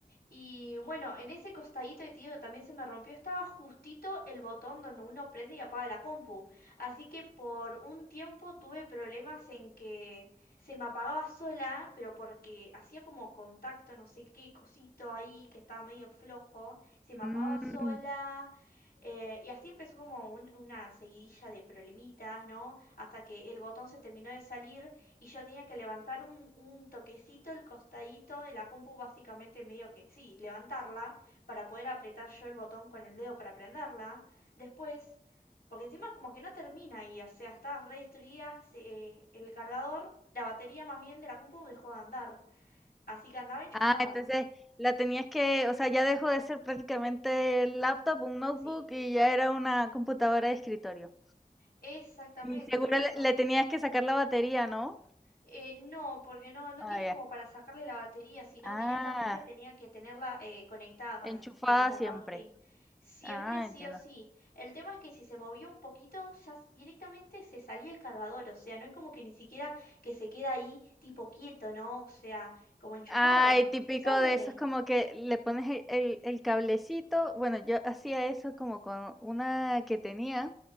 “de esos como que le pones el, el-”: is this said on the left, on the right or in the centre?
Centre